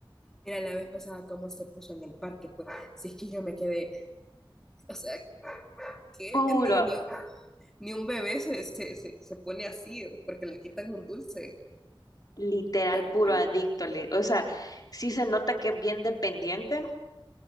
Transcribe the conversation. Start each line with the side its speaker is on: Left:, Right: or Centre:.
Centre: Mira, la vez pasada cómo se puso en el parque, pues, si es que yo me quedé, o sea, que
Left: Puro
Centre: ni, ni, un- ni un bebé se, se, se, se pone así, porque le quitan un dulce,
Left: Literal,
Centre: pero
Left: puro
Centre: bueno.
Left: adicto. li- O sea, sí se nota que es bien dependiente